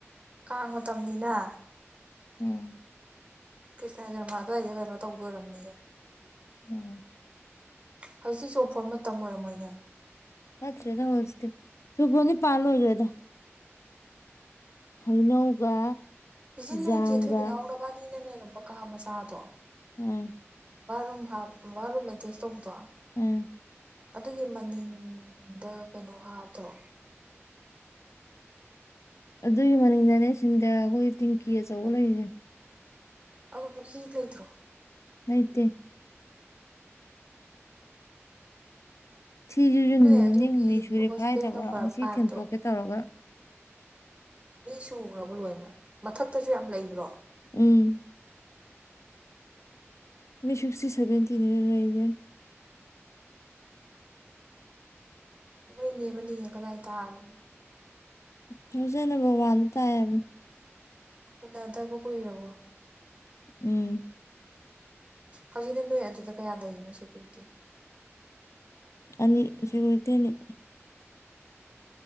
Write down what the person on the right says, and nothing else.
ꯀꯥꯡ ꯃꯇꯝꯅꯤꯅ
ꯀ꯭ꯔꯤꯁꯅꯖꯔꯃꯥ ꯑꯗꯨꯋꯥꯏꯗ ꯀꯩꯅꯣ ꯇꯧꯗꯣ ꯑꯣꯏꯔꯝꯅꯤꯌꯦ
ꯍꯧꯖꯤꯛꯁꯨ ꯆꯨꯔꯐꯣꯟ ꯃꯇꯝ ꯑꯣꯏꯔꯝꯃ‌ꯣꯏ <unintelligible>
ꯏꯆ‌ꯦ ꯅꯣꯏ
ꯆ‌ꯦ ꯊꯣꯏꯕꯤꯅꯥꯎ ꯅꯕꯥꯅꯤ ꯅ ꯂꯩꯔꯝꯕ ꯀꯥ ꯃꯆꯥꯗꯣ
ꯕꯥꯔꯨꯝ ꯐ ꯕꯥꯔꯠꯔꯨꯝ ꯑꯦꯇ‌ꯦꯁ ꯇꯧꯕꯗ‌ꯣ
ꯑꯗꯨꯒꯤ ꯃꯅꯤꯡꯗ ꯀꯩꯅꯣ ꯍꯥꯞꯇ꯭ꯔꯣ
ꯑꯕꯨ ꯍ ꯂꯩꯗ꯭ꯔꯣ
ꯅꯣꯏ
ꯑꯗꯨꯒꯤ
ꯍꯣꯁꯇꯦꯜ
ꯅꯝꯕꯔ
ꯐꯥꯏꯚꯇꯣ
ꯃꯤ ꯁꯨꯔꯕ ꯂꯣꯏꯅ ꯃꯊꯛꯇꯁꯨ ꯌꯥꯝ ꯂꯩꯕ꯭ꯔꯣ
ꯅꯈꯣꯏ ꯅꯦꯝꯕꯅꯤꯅ ꯀꯗꯥꯏ ꯇꯥꯔꯣꯅꯣ
ꯎꯟꯅꯗꯕꯣ ꯀꯔꯔꯕꯣ
ꯍꯧꯖꯤꯛꯅ ꯅꯣꯏ ꯑꯗꯨꯗ ꯀꯌꯥ ꯂꯩꯔꯤꯅꯣ ꯁꯦꯀꯌꯨꯔꯤꯇꯤ